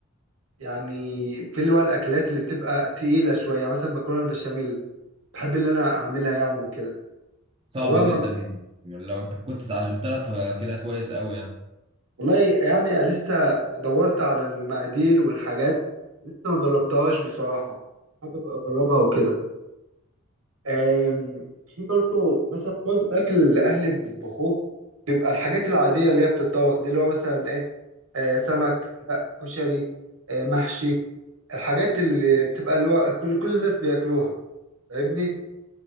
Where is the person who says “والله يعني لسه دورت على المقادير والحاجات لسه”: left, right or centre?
Right